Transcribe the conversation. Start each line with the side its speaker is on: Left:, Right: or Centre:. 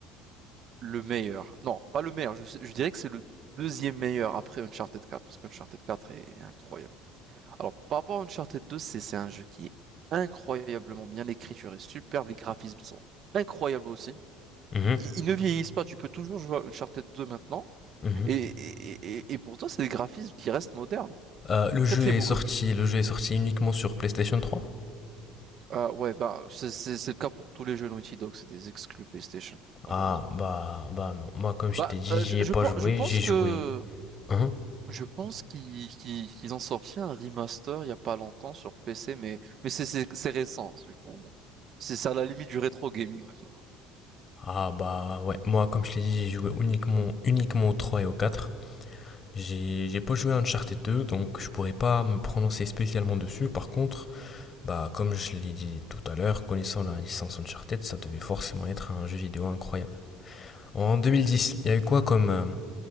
Right: Le meilleur. Non, pas le meilleur. Je, sais- je dirais que c'est le deuxième meilleur après Uncharted 4, parce qu'Uncharted 4 est incroyable. Alors, par rapport à Uncharted 2, c'est c'est un jeu qui est incroyablement bien. L'écriture est superbe, les graphismes sont incroyables aussi.
Left: Mhm.
Right: Ils, ils ne vieillissent pas. Tu peux toujours jouer à Uncharted 2 maintenant.
Left: Mhm.
Right: Et, et, et, et pourtant, c'est des graphismes qui restent modernes.
Left: Euh, le jeu
Right: Très très
Left: est
Right: beau
Left: sorti
Right: comme jeu.
Left: le jeu est sorti uniquement sur PlayStation trois
Right: Ah ouais, bah, c'est c'est- c'est le cas pour tous les jeux Naughty Dog. C'est des exclus PlayStation, malheureusement.
Left: Ah bah bah non, moi comme je
Right: Bah,
Left: t'ai dit,
Right: euh,
Left: j'y
Right: je,
Left: ai
Right: je,
Left: pas
Right: pen-
Left: joué,
Right: je pense
Left: j'ai
Right: que
Left: joué. Hein
Right: Je pense qu'ils qu'ils- qu'ils ont sorti un remaster il y a pas longtemps sur PC, mais, mais c'est c'est- c'est récent, du coup. Bon. C'est c'est à la limite du rétro gaming maintenant.
Left: Ah bah ouais, moi comme je l'ai dit, j'ai joué uniquement, uniquement au 3 et au quatre J'ai j'ai pas joué à Uncharted deux donc je pourrais pas me prononcer spécialement dessus. Par contre, bah comme je l'ai dit tout à l'heure, connaissant la licence Uncharted, ça devait forcément être un jeu vidéo incroyable. En deux mille dix il y a eu quoi comme... euh,